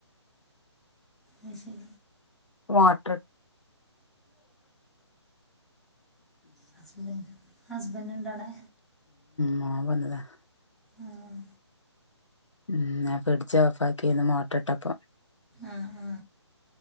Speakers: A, in the centre; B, on the left (about 85°).
A: അഹ് ശരി
B: വാട്ടർ
A: ഹസ്ബൻഡ ഹസ്ബൻഡ ഇണ്ട വടെ
B: മോൻ വന്നതാണ്.
A: ആഹ്
B: മ്മ് ഞാൻ ഫ്രിഡ്ജി ഓഫ്‌ ആക്കി ക്ണ് മോട്ടർ ഇട്ടപ്പോ.
A: ആ ആ